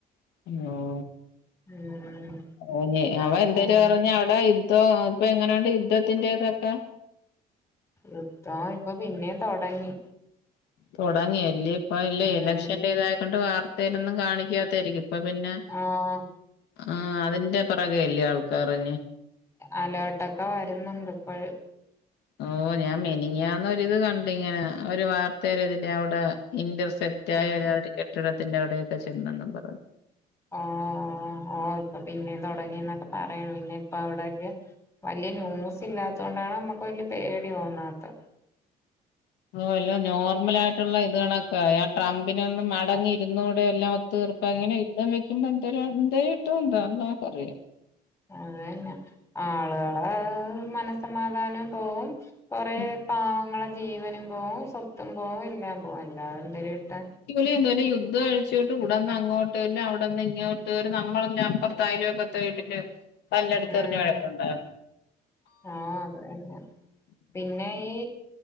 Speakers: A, on the left; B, on the left.
A: <unintelligible>
B: ഉം.
A: അപ്പഞ്ഞ് അവ എന്തര്
B: ആഹ്
A: പറഞ്ഞ് അവടെ യുദ്ധോം ഇപ്പ എങ്ങനെയുണ്ട് യുദ്ധത്തിൻ്റെതൊക്കെ?
B: യുദ്ധ ആഹ് ഇപ്പ പിന്നേം തൊടങ്ങി.
A: തുടങ്ങിയല്ല ഇപ്പ ഇല്ല
B: ഉം
A: ഇലക്ഷന്റെ ഇതായക്കൊണ്ട് വാർത്തയിലൊന്നും കാണിക്കാത്തായിരിക്കും അപ്പൊ പിന്നെ
B: ആഹ്
A: ആഹ് അതിന്റെ പെറകയല്ലേ ആൾക്കറിന്നി
B: അലേർട്ടൊക്കെ വരുന്നുണ്ട് ഇപ്പഴും
A: ഓ ഞാൻ മെനിങ്ങാന്നൊരിത് കണ്ട് ഇങ്ങനെ ഒരു വാർത്ത ഒരു ഇതില് അവിടെ ഇന്റർസെപ്റ്റ് കൃത്യായ
B: ഉം
A: ഒരാ ഒരു കെട്ടിടത്തിന്റെ അവിടെയൊക്കെ ചെന്നെന്നും പറഞ്ഞ്
B: ഓ ഓ ഓ ഇപ്പൊ പിന്നേ തുടങ്ങിന്നൊക്കെ പറയണ് പിന്നെ ഇപ്പ അവിടെക്കെ വല്ല്യ ന്യൂസ് ഇല്ലാത്തത് കൊണ്ടാണ് നമ്മുക്ക് വല്യ പേടി തോന്നാത്തെ
A: ഓല്ലോ നോർമലായിട്ടുള്ള ഇതേളൊക്കെ ആഹ് ട്രംപിനൊന്ന് മടങ്ങി ഇരുന്നൂടെ എല്ലാം തീർപ്പ അങ്ങെ യുദ്ധം വെക്കുമ്പോ എന്ത എന്തേ ഇട്ടും ഉണ്ടോ അള്ളാക്കറിയാം
B: അതന്നെ ആളുകളെ മനസ്സമാധാനം പോവും കൊറെ
A: ഉം
B: പാവങ്ങളെ ജീവനും പോവും സ്വത്തും പോവും എല്ലാം പോവും എല്ലാ വെന്തര് കിട്ടാൻ
A: ലി എന്ത യുദ്ം കഴിച്ചിോട്ട് ഇടന്ന് അങ്ങോട്ട് അല്ല അവിന്ന് ഇങ്ങോട്ട് വരും നമ്മളല്ല അപ്പുറത്തായ ലോക്കേത്ത് പേട്ടില് കല്ലടുത്ത്റിഞ്ഞ്
B: ഉം
A: വഴക്കുണ്ടാ
B: ആഹ് അത് തന്നെ പിന്നെ ഈ